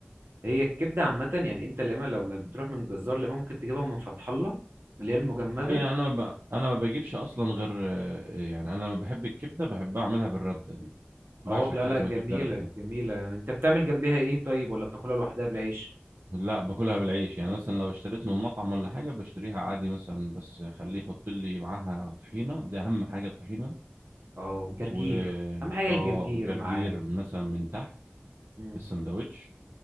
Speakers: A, on the right; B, on the right.
A: هي الكبده عامه يعني انت لما لو بتروح من جزار لما ممكن تجيبها من فتح الله اللي هي المجمده
B: اي انا ما ب... انا ما بجيبش اصلا غير آه، يعني انا لما بحب الكبده بحب اعملها بالرده دي بعشق
A: اه لا
B: حاجه
A: لا
B: اسمها
A: جميلة
B: كبده رده
A: جميلة يعني انت بتعمل جنبها ايه طيب ولا بتاكلها لوحدها بالعيش
B: لا باكلها بالعيش يعني مثلا لو اشتريت من مطعم ولا حاجه بشتريها عادي مثلا بس خليه يحط لي معاها طحينه دي اهم حاجه الطحينه
A: اه والجرجير
B: و
A: اهم حاجة
B: اه
A: الجرجير
B: وجرجير
A: معاها
B: مثلا من تحت
A: مم.
B: في السندوتش